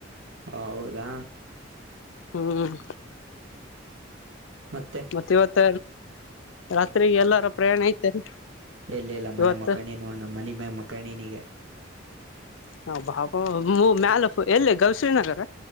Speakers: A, on the right; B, on the left.
A: ಹ ಹೌದಾ
B: ಹ್ಮ್
A: ಮತ್ತೆ
B: ಮತ್ತ ಇವತ್ತ ರಾತ್ಗೆ ಎಲ್ಲಾರ ಪ್ರಯಾಣ ಐತೆರಿ
A: ಎಲ್ಲಿ ಇಲ್ಲ ಮನೆ
B: ಇವತ್ತು
A: ಮಕಂಡಿ ನೋಡಣ ಮನೆ ಮ ಮಕ್ಣನಿಗೆ
B: ಹಾ ಬಾಬ ಮ್ಯಾಲ ಎಲ್ಲ ಗೌಶ್ರೀ ನಗರ